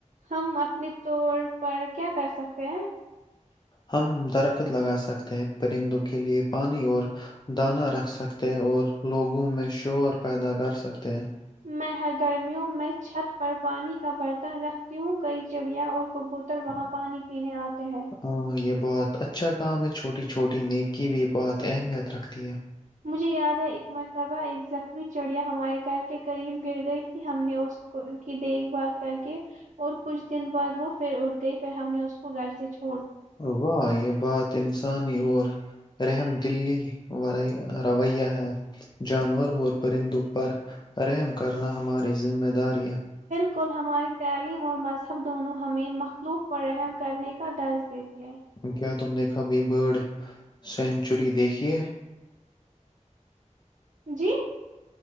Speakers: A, on the right; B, on the left.
A: ہم اپنے طور پر کیا کر سکتے ہیں
B: ہم درخت لگا سکتے ہیں پرندوں کے لئے پانی اور دانہ رکھ سکتے ہیں اور لوگوں میں شور پیدا کرسکتے ہیں
A: میں ہرگررمیوں میں چھت پر پانی کا برتن رکھتی ہوں کئی چڑیا اور کبوتر وہاں پانی پینے آتے ہیں
B: ہاں یہ بہت اچھا کام ہے چھوٹی چھوٹی نیک کی بھی بہت اہمیت رکھتی ہے
A: مجھے یاد ہےا اک مرتبہ اک زخمی چڑیا ہمارے گھر کے قریب گر گئی تھی ہم نے اس کو کی دیکھ بھال کر کے اور کچھ دن بعد وہ پھر اٹ گئی پھر ہم نے اس کو گھر سے چ
B: واہ یہ بات انسانی اور رحم دلی وورائی رویہ ہے جانوروں اور پرندوں پر رحم کرنا ہماری ذمہ داری <unintelligible>
A: بالکل ہماری تعلیم اور مذہب دونوں ہمیں مخلوق پر رحم کرنے کا درج دیتی ہے
B: کیا تم نے کبھی برڈ سینچری دیکھیے
A: جی